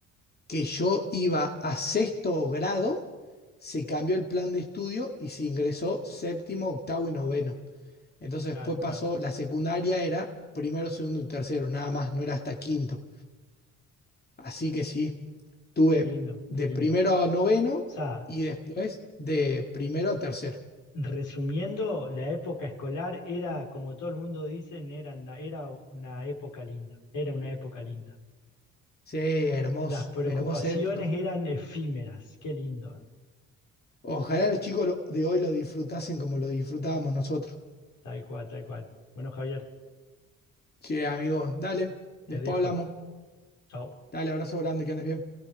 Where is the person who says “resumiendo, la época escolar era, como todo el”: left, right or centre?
Left